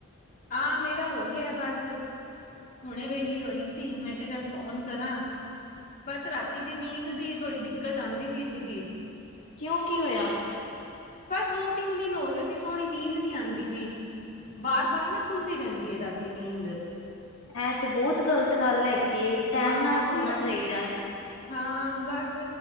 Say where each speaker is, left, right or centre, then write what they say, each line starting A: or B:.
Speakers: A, on the left; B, on the left.
A: ਹਾਂ ਮੇਰਾ ਹੋ ਗਿਆ ਬਸ ਹੁਣੇ ਵਿਹਲੀ ਹੋਈ ਸੀ ਮੈਂ ਕਿਹਾ ਚੱਲ ਫੋਨ ਕਰਾਂ। ਬਸ ਰਾਤੀ ਦੀ ਨੀਂਦ ਦੀ ਥੋੜ੍ਹੀ ਦਿੱਕਤ ਆਦੀ ਪਈ ਸੀਗੀ।
B: ਕਿਉਂ ਕੀ ਹੋਇਆ?
A: ਬਸ ਦੋ ਤਿੰਨ ਦਿਨ ਹੋ ਗਏ ਸੀ ਸੋਹਣੀ ਨੀਂਦ ਨੀ ਆਂਦੀ ਪਈ। ਬਾਰ ਬਾਰ ਨਾ ਖੁੱਲਦੀ ਰਹਿੰਦੀ ਐ ਰਾਤੀ ਨੀਂਦ,
B: ਐਂ ਤੇ ਬਹੁਤ ਗ਼ਲਤ ਗੱਲ ਹੈਗੀ ਏ। ਟੈਮ
A: ਹਾਂ
B: ਨਾਲ
A: ਓਈਓ
B: ਸੋਣਾ
A: ਐਥੇ,
B: ਚਾਹੀਦਾ,
A: ਹਾਂ ਬਸ